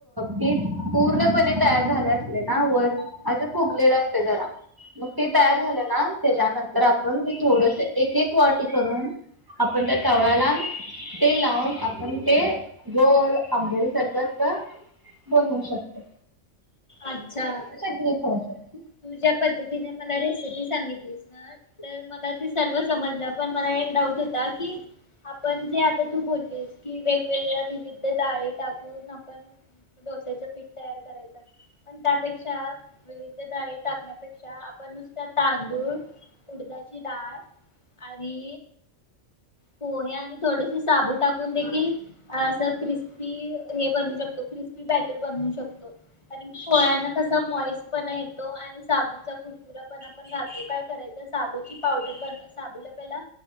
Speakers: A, on the right (about 15°); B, on the left (about 25°).
A: पीठ पूर्णपणे तयार झालं असले ना वर असे फुगलेलं असते जरा मग ते तयार झालं ना त्याच्यानंतर आपण ते थोडस एक एक वाटी करून अपण तर तवाला ते लावून आपण ते गोल आंबोळी सारखं बनू शकते.
B: अच्छा!
A: कवच-
B: तु ज्या पद्धतीने मला रेसिपी सांगितलीस ना- तर मला ते सर्व समजलं पण मला एक डाऊट होता की- आपण जे आता तू बोललीस की वेगवेगळ्या विविध डाळी टाकून आपण- डोस्याच पीठ तयार करायचं पण त्यापेक्षा विवि- डाळी टाकण्यापेक्षा आपण नुसत्या तांदूळ उडदाची डाळ- अरी पोहे आणि थोडेसे साबू टाकून देखील- असं क्रिस्पी हे बनू शकतो क्रिस्पी बॅटर बनवू शकतो. कारण की पोह्यानं कसा मॉइस पना येतो, आणि साबूचा कुरकुरा पण आपण जातो काय करायच. साबूची पावडर बन साबूला पहिला,